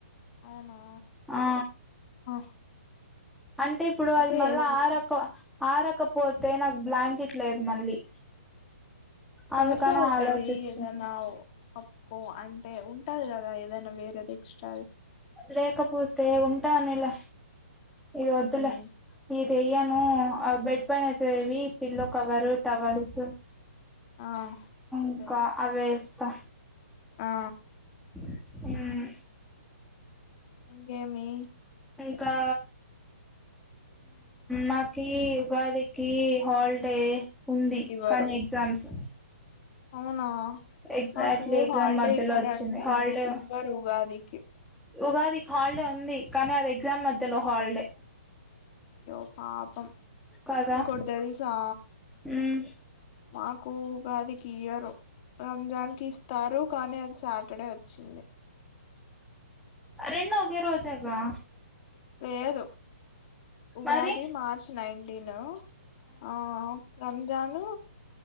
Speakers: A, on the left (about 30°); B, in the centre.
A: అవునా
B: ఆ
A: ఆ,
B: అంటే ఇప్పుడు
A: అయితే
B: అది మళ్ళా
A: ఏసి
B: ఆ రకం ఆరకపోతే నాకు బ్లాంకెట్ లేదు మళ్ళీ
A: పలుసా
B: అందుకని
A: ఉండేది
B: ఆలోచిస్తున్న
A: ఏదనా కప్పుకో అంటే ఉట్టదు కదా ఏదైనాేద వేరే టెక్ట్ టాయ్
B: లేకపోతే ఉంటానిలా ఇది వద్దులే
A: ఉమ్
B: ఇది తయ్యను బెడ్ పైన వేసేవి పిల్లో కవరు టవల్స్
A: ఆ అదే
B: ఇకా అవే స్ తా
A: ఆ
B: హ్ము
A: ఇంకేమి
B: ఇంకా మాకి ఉగాదికి హాలిడే ఉంది
A: ఇవ్వరు
B: కానీ ఎగ్జామ్స్
A: అవునా
B: ఎగ్జాక్ట్లీ
A: మాకు
B: ఎగ్జామ్
A: హల్డే
B: మధ్యలో
A: ఇవ్వరు
B: వచ్చింది హాలిడే
A: ఉ ఇవ్వరు ఉగాదికి
B: ఉగాదికి హాలిడే ఉంది కానీ అది ఎగ్జామ్ మధ్యలో హాలిడే
A: అయ్యో పాపం
B: కదా
A: నీకు ఒకటి తెలుసా
B: మ్మ్
A: మాకు ఉగాదికి ఇయరూ రంజాన్ కి ఇస్తారు కానీ అది సాటర్డే వోచ్చింది.
B: రెండు ఒకే రోజేగా
A: లేదు ఉగాది
B: మరి
A: మార్చ్ నైన్ టిన్న ఆ ఆ రంజాను